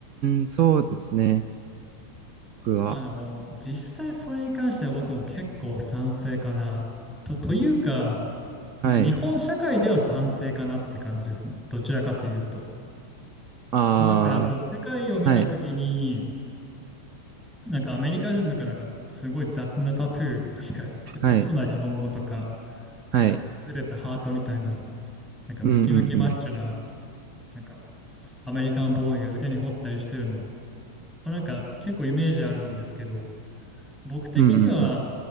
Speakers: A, on the right; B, in the centre.
A: ん、そうですね。僕は。
B: まあでも、実際それに関しては僕も結構賛成かな。と、というか、
A: はい。
B: まあ、日本社会では賛成かなって感じですね。どちらかというと。
A: あ
B: なんかそう、世界を見たときに、
A: あ、はい。
B: なんかアメリカ人とかなんかすごい雑なタトゥー、なんか下手くそな日本語とか、
A: はい。はい。
B: なんか崩れたハートみたいなのを、なんかムキムキマッチョな、
A: うんうんうん。
B: なんかアメリカンボーイが腕に彫ったりしてるの、まあなんか結構イメージあるんですけど、僕的には
A: うんうんうん。